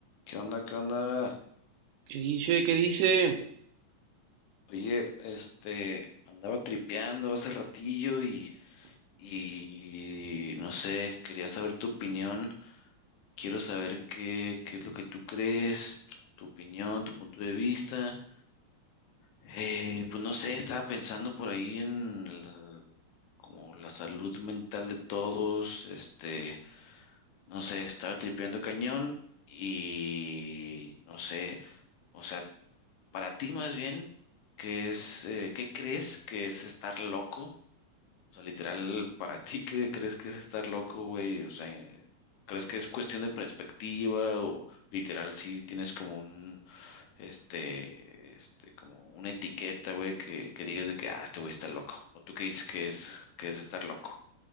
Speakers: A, on the left (about 75°); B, on the right (about 80°).
A: ¿Qué onda? ¿Qué onda?
B: ¿Qué dice? ¿Qué dice?
A: Oye, este, andaba tripeando hace ratillo y, y no sé, quería saber tu opinión. Quiero saber qué, qué es lo que tú crees, tu opinión, tu punto de vista. Eh, pues no sé, estaba pensando por ahí en la, como la salud mental de todos. Este, no sé, estaba tripeando cañón y no sé. O sea, Para ti más bien, ¿qué es, eh, qué crees que es estar loco? O sea, literal, para ti, ¿qué crees que es estar loco, güey? O sea, eh, ¿crees que es cuestión de perspectiva o literal si tienes como un, este, este, como una etiqueta, güey, que, que digas de que, ah, este güey está loco? ¿O tú qué dices que es, que es estar loco?